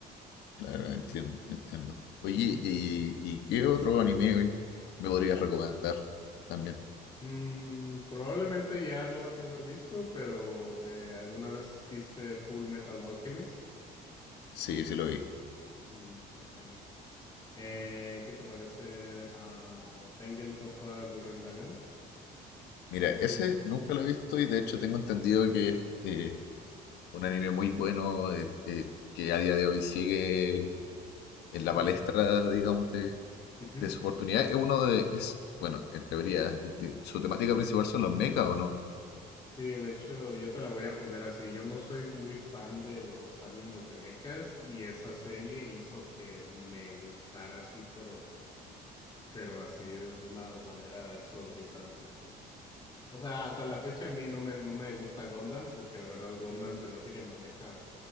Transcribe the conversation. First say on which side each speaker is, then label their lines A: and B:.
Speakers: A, on the left; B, on the left.
A: Claro, entiendo, entiendo. Oye,
B: Ujú.
A: ¿y, y qué otro anime me podrías recomendar también?
B: Mm, probablemente ya lo has de haber visto, pero eh, ¿alguna vez viste Full Metal Alchemist?
A: Sí, sí lo vi.
B: Mm, qué bueno. Eh, ¿qué te parece a Tengen Toppa Gurren Lagann?
A: Mira, ese nunca lo he visto y de hecho tengo entendido que es eh, un anime muy bueno eh, eh, que a día de hoy sigue en la palestra,
B: Ujú,
A: digamos, de,
B: ujú.
A: de su oportunidad. Es uno de, es, bueno, en teoría, de- su temática principal son los mechas, ¿o no?
B: Sí, de hecho, yo te la voy a poner así. Yo no soy muy fan de los animes de mechas y esa serie hizo que me gustara así, pero, pero así de una manera exorbitante. O sea, o sea, hasta la fecha a mí no me, no me gusta Gundam porque la verdad Gundam se me hace que maneja